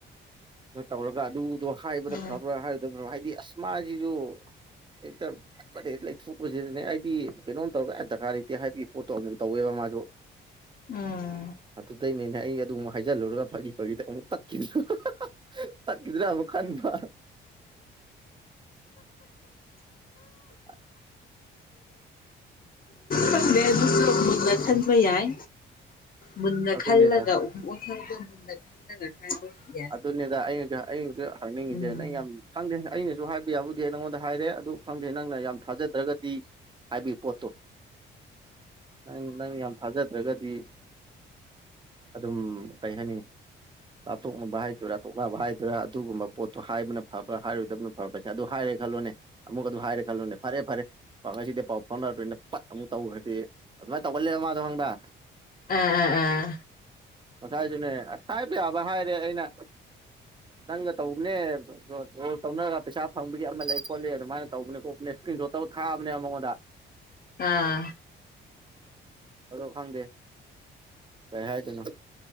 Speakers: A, on the right (about 25°); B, on the left (about 45°).
A: ꯇꯧꯔꯒ ꯑꯗꯨꯗꯣ ꯍꯥꯏꯕ꯭ꯔ
B: ꯎꯝ ꯎꯝ ꯎꯝ
A: ꯐꯕ꯭ꯔꯥ ꯍꯥꯏꯔꯗꯕ꯭ꯔ ꯍꯥꯏꯗꯤ ꯑꯁ ꯃꯥꯁꯤꯁꯨ ꯍꯦꯛꯇ ꯐꯠ ꯍꯦꯛꯇ ꯂꯩꯊꯣꯛꯄꯁꯤꯗꯅꯦ ꯑꯩꯗꯤ ꯀꯩꯅꯣꯝ ꯗꯔꯀꯥꯔ ꯂꯩꯇꯦ ꯍꯥꯏꯕꯒꯤ ꯄꯣꯠꯇꯣ ꯑꯃꯨꯃꯨꯛ ꯇꯧꯋꯦꯕ ꯃꯥꯁꯨ
B: ꯎꯨꯝ
A: ꯑꯗꯨꯗꯩꯅꯤꯅꯦ ꯑꯩ ꯑꯗꯨ ꯑꯃꯨꯛ ꯍꯥꯏꯖꯤꯜꯂꯨꯔꯒ ꯐꯒꯤ ꯐꯒꯤꯗ ꯑꯃꯨꯛ ꯇꯠꯈꯤꯗ ꯍ ꯍ ꯍ ꯇꯠꯈꯤꯗ꯭ꯔꯥ ꯑꯃꯨꯛ ꯈꯟꯕ <inaudible>
B: ꯈꯪꯗꯦ ꯑꯗꯨꯁꯨ ꯃꯨꯟꯅ ꯈꯟꯕ ꯌꯥꯏ ꯃꯨꯟꯅ
A: ꯑꯗꯨꯅꯦꯗ
B: ꯈꯜꯂꯒ ꯑꯃꯨꯛ ꯑꯣꯟꯊꯗ ꯃꯨꯟꯅ ꯈꯜꯂꯒ ꯍꯥꯏꯕ ꯌꯥꯏ
A: ꯑꯗꯨꯅꯤꯗ ꯑꯩꯅꯁꯨ ꯑꯩꯅꯁꯨ ꯍꯪꯅꯤꯡꯉꯤꯁꯦ
B: ꯃꯤꯒꯤ
A: ꯅꯪ ꯌꯥꯝ ꯈꯪꯗꯦ ꯑꯩꯅꯁꯨ ꯍꯥꯏꯕ ꯌꯥꯕꯨ ꯗꯤ ꯅꯉꯣꯟꯗ ꯍꯥꯏꯔꯦ ꯑꯗꯨ ꯈꯪꯗꯦ ꯅꯪꯅ ꯌꯥꯝ ꯊꯥꯖꯗ꯭ꯔꯒꯗꯤ ꯍꯥꯏꯕꯒꯤ ꯄꯣꯠꯇꯨ ꯅꯪ-ꯅꯪꯅ ꯌꯥꯝ ꯊꯥꯖꯗ꯭ꯔꯒꯗꯤ ꯑꯗꯨꯝ ꯀꯩ ꯍꯥꯏꯅꯤ ꯂꯥꯞꯊꯣꯛꯅꯕ ꯍꯥꯏꯗꯣꯏꯔꯥ ꯇꯣꯛꯅꯅꯕ ꯍꯥꯏꯗꯣꯏꯔꯥ ꯑꯗꯨꯒꯨꯝꯕ ꯄꯣꯠꯇꯣ ꯍꯥꯏꯕꯅ ꯐꯕ ꯍꯣꯏ ꯍꯥꯏꯔꯣꯏꯗꯕꯅ ꯐꯕ꯭ꯔꯁꯤꯅꯤ ꯑꯗꯨ ꯍꯥꯏꯔꯦ ꯈꯜꯂꯣꯅꯦ ꯑꯃꯨꯛꯀꯥ ꯑꯗꯨ ꯍꯥꯏꯔꯦ ꯈꯜꯂꯣꯅꯦ ꯐꯔꯦ ꯐꯔꯦ ꯄ ꯉꯁꯤꯗꯩ ꯄꯥꯎ ꯐꯥꯎꯅꯔꯔꯣꯏꯅ ꯄꯠ ꯑꯃꯨꯛ ꯇꯧꯈ꯭ꯔꯗꯤ ꯑꯗꯨꯃꯥꯏꯅ ꯇꯧꯒꯜꯂꯦꯕ ꯃꯥꯗꯣ ꯈꯪꯕ꯭ꯔ
B: ꯑꯥ-ꯑ-ꯑꯥ
A: ꯉꯁꯥꯏꯖꯨꯅꯦ ꯍꯥꯏꯕ ꯌꯥꯕ ꯍꯥꯏꯔꯦ ꯑꯩꯅ ꯅꯪꯒ ꯇꯧꯕꯅꯦ ꯑꯗꯨ ꯇꯧꯅꯔꯒ ꯄꯩꯁꯥ ꯐꯪꯕꯒꯤ ꯑꯃ ꯂꯩ ꯈꯣꯠꯂꯦ ꯑꯗꯨꯃꯥꯏꯅ ꯇꯧꯕꯅꯦ ꯈꯣꯠꯄꯅꯦ ꯏꯁꯀ꯭ꯔꯤꯟ ꯁꯣꯠ ꯇꯧ ꯊꯥꯕꯅꯦ ꯃꯉꯣꯟꯗ
B: ꯑꯥ
A: ꯑꯗꯣ ꯈꯪꯗꯦ ꯀꯩ ꯍꯥꯏꯗꯣꯏꯅꯣ